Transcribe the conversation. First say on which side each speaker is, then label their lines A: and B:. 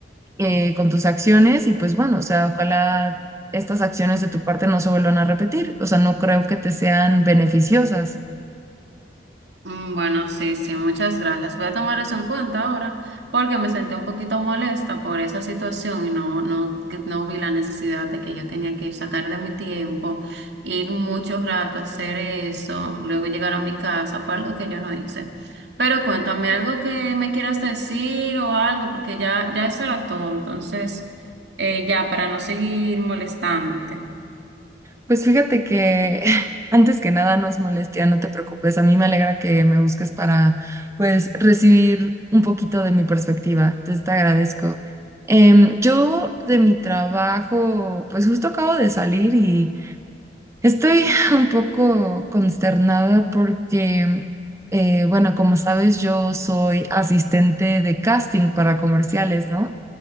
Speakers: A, on the right; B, on the right.
A: eh, con tus acciones y pues bueno, o sea, ojalá estas acciones de tu parte no se vuelvan a repetir, o sea, no creo que te sean beneficiosas.
B: Mm, Bueno, sí, sí, muchas gracias. Voy a tomar eso en cuenta ahora porque me sentí un poquito molesta por esa situación y no, no, que no vi la necesidad de que yo tenía que sacar de mi tiempo, ir mucho rato a hacer eso, luego llegar a mi casa por algo que yo no hice. Pero cuéntame algo que me quieras decir o algo porque ya, ya eso era todo. Entonces, eh, ya, para no seguir molestándote.
A: Pues fíjate que <laughs> antes que nada no es molestia, no te preocupes, a mí me alegra que me busques para pues recibir un poquito de mi perspectiva, entonces te agradezco. Em, yo de mi trabajo, pues justo acabo de salir y Estoy <laughs> un poco consternada porque, eh, bueno, como sabes, yo soy asistente de casting para comerciales, ¿no?